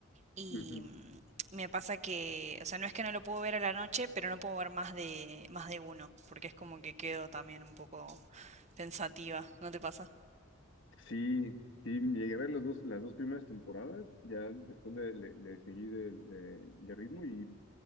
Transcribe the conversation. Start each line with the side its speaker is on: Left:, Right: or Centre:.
Right: Y
Left: Ujú.
Right: mm, me pasa que, o sea, no es que no lo puedo ver a la noche, pero no puedo ver más de, más de uno. Porque es como que quedo también un poco pensativa. ¿No te pasa?
Left: Sí, sí, llegué a ver las dos, las dos primeras temporadas, ya después le, le, le seguí de, de, de ritmo y